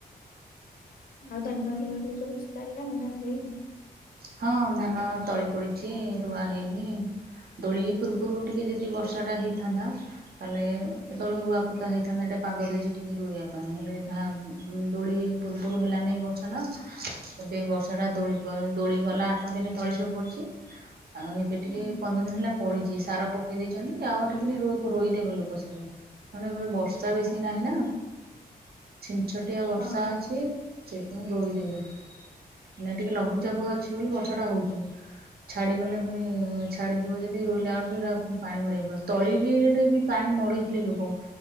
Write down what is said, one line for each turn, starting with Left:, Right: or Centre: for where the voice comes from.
Left: ଆଉ ଧାନ ଆଡଡ ସବୁ ଚାଲିଲାନଣି ନା ହେଇନି
Right: ହଁ ଧାନ ତଳି ପଡିଛି ରୁଆ ହେଇନି ଦୋଳି ପୂର୍ବରୁ ଟିକେ ଯଦି ବର୍ଷାଟା ହେଇଥାନ୍ତା ତାହେଲେ ଏତେବେଳଳେ ରୁଆପୋତା ହେଇଥାନ୍ତା ଏଟା ପାଗ ଦେଇଛିଠିକି ରୋଇବା ପାଇଁ ହେଲେ ଧ ଦୋଳି ପୂର୍ବରୁ ହେଲାନି ବର୍ଷା ନ ଏବେ ବର୍ଷାଟା ଦୋଳି ଦୋଳି ଗଲା ଆଠ ଦିନେ ତଳି ସବୁ ପଡ଼ିଛି ଆଉ ଏବେ ଟିକେ
Left: ହୁଁ
Right: ପନ୍ଦର ଦିନ ହେଲା ପଡିଛି ସାର ପ ପକେଇ ଦେଇଛନ୍ତି ଆଉ ଆଠ ଦିନ ରୋଇଦେବେ ଲୋକ ସବୁ କାରଣ ଏଟେ ବର୍ଷା ବେଶୀ ନାହିଁ ନା ଛିନ୍ ଛଟିଆ ବର୍ଷା
Left: ହଁ
Right: ଅଛି। ସେଇଥିପାଇଁ ରୋଇଦେବେ ଏହିନା ଟିକେ ଲଘୁଚାପ ଅଛି ବୋଲି ବର୍ଷା ଟା ହଉଛି। ଛାଡିଗଲେ ପୁଣି ଛାଡିଯିବ ଯଦି ରୁଇଲା ବେଳକୁ ହେରା ପାଣି ମଡେଇବାକୁ ପଡିବ। ତଳି ବି ରେ ବି ପାଣି ମଡ଼େଇଥିଲେ ଲୋକ